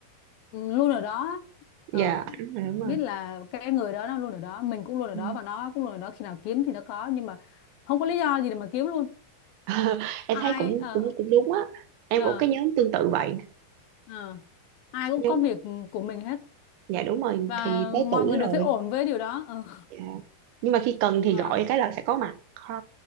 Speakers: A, on the left; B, on the right.
A: ừ, luôn ở đó á. Ờ,
B: dạ đúng rồi đúng
A: biết là cái người đó nó luôn ở đó mình cũng luôn ở
B: rồi
A: đó và nó cũng luôn ở đó khi nào kiếm thì nó có nhưng mà không có lý do gì để mà kiếm luôn
B: <laughs> em
A: ai
B: thấy cũng
A: ờ
B: cũng cũng đúng á em
A: ờ
B: cũng cái nhóm tương tự vậy
A: ờ, ai cũng
B: nhóm
A: có việc của mình hết
B: dạ đúng rồi
A: và
B: thì tới tuổi
A: mọi người đều
B: rồi
A: thấy ổn với điều đó ờ
B: dạ. nhưng mà khi cần thì
A: ờ.
B: gọi cái là sẽ có mặt ha